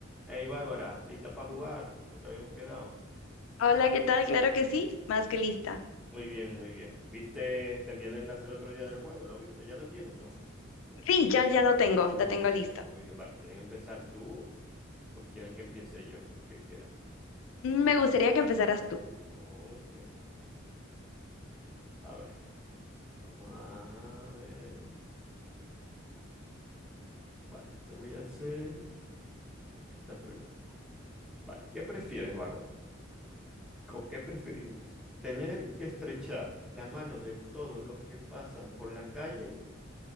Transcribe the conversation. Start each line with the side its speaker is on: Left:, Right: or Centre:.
Centre: Hey Bárbara, ¿lista para jugar? Lo que habíamos quedado.
Left: Hola, ¿qué tal? Claro que sí, más que lista.
Centre: Muy bien, muy bien. ¿Viste también el enlace el otro día del juego? ¿Lo viste? Ya lo tienes, ¿no?
Left: Sí, ya, ya lo tengo, lo
Centre: Muy
Left: tengo listo.
Centre: bien, muy bien. Vale, ¿quieres empezar tú o quieres que empiece yo? Lo que quieras.
Left: Me gustaría que empezaras tú.
Centre: Ok. A ver, vamos a ver. Vale, te voy a hacer esta pregunta. Vale, ¿qué prefieres, Bárbara? ¿O qué preferirías? ¿Tener que estrechar la mano de todos los que pasan por la calle